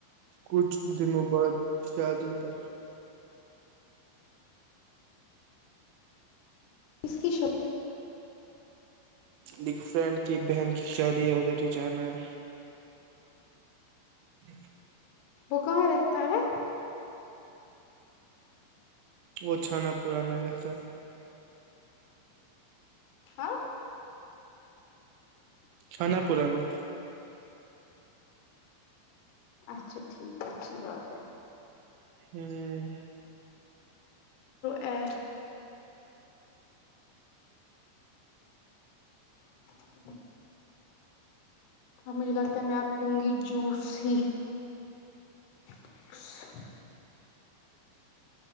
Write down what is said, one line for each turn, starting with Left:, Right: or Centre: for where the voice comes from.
Right: کچھ دنوں بعد شادی پر
Left: اس کی شو
Right: ایک فرینڈ کی بہن کی شادی ہے ادھر ہی جانا ہے لن
Left: وہ کہاں رہتا ہے
Right: وہ چھانا پورا میں رہتا ہے
Left: ہاں
Right: چنا پورا میں
Left: اچھا ٹھیک اچھی بات ہے
Right: ہ
Left: ای <inaudible> اب مجھے لگتا ہے میں اب پیوں گی جوس ہی <inaudible>